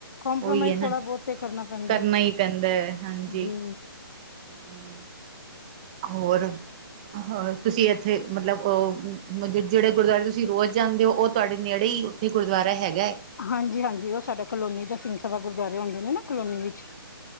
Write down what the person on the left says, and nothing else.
ਕੰਪਰੋਮਾਈਜ਼
ਥੋੜਾ ਬਹੁਤ ਤੇ ਪੈਂਦਾ
ਹੈ।
ਜੀ
ਹਾਂਜੀ ਹਾਂਜੀ ਉਹ ਸਾਡਾ ਕਲੋਨੀ ਦਾ ਸਿੰਘ ਸਭਾ ਗੁਰਦੁਆਰੇ ਹੁੰਦੇ ਨੇ ਨਾ। ਕਲੋਨੀ ਵਿੱਚ